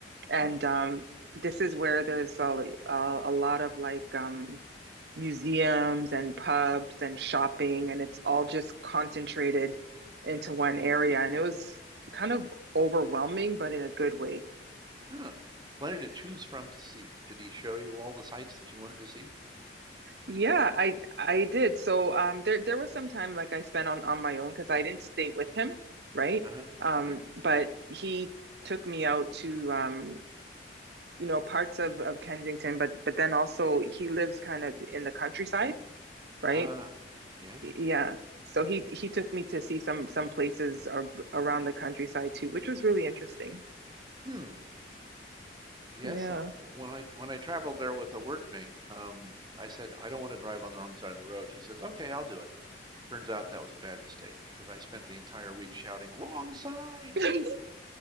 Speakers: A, on the right; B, on the right.
A: and
B: Ah,
A: um this is where there's a, a, a lot of like um museums and pubs and shopping and it's all just concentrated into one area and it was kind of overwhelming but in a good way
B: ah. yeah, Plenty to choose from to see. Did he show you all the sights that you wanted to see?
A: Yeah, I I did. So um there there was some time like I spent on on my own because I didn't stay with him, right?
B: Uh-huh.
A: Um
B: All right.
A: but he took me out to um you know parts of of Kensington but but then also he lives kind of in the countryside, right?
B: Ah, yes.
A: Yeah. So he he took me to see some some places ar around the countryside too, which was really interesting.
B: Hmm. Yes.
A: Yeah.
B: Uh, when I when I traveled there with a workmate, um, I said I don't want to drive on the wrong side of the road. She says, "Okay, I'll do it." Turns out that was a bad mistake because I spent the entire week shouting, wrong side.
A: <laughs>